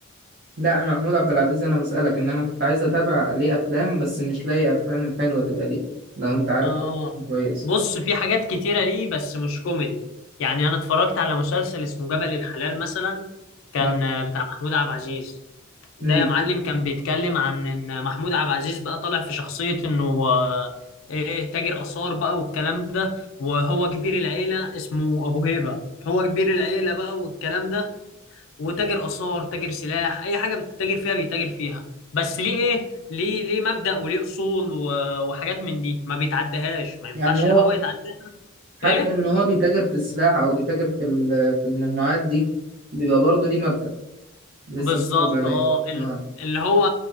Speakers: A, on the right; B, on the left.
A: لا انا محمود عبد العزيز انا بسالك ان انا كنت عايز اتابع ليه افلام بس مش لاقي افلام حلوه تبقى ليه لو انت عارف
B: اه
A: كويس
B: بص في حاجات كتيرة ليه بس مش كوميدي يعني انا اتفرجت على مسلسل اسمه جبل الحلال مثلا كان
A: آه.
B: آه، بتاع محمود عبد العزيز ده
A: مم.
B: يا معلم كان بيتكلم عن ان محمود عبد العزيز بقى طالع في شخصية انه آه، ايه تاجر آثار بقى والكلام ده وهو كبير العيلة اسمه ابو هيبة هو كبير العيلة بقى والكلام ده وتاجر آثار تاجر سلاح أي حاجة بتتاجر فيها بيتاجر فيها بس ليه إيه ليه ليه مبدأ وليه أصول و- وحاجات من دي ما بيتعدهاش ما ينفعش
A: يعني هو
B: لا هو يتعداها
A: حتى
B: إيه
A: ان هو بيتاجر في السلاح او بيتاجر في ال- في الممنوعات دي بيبقى برضه ليه مبدأ لسه
B: بالظبط
A: محافظ عليه
B: اه ال-
A: اه
B: اللي هو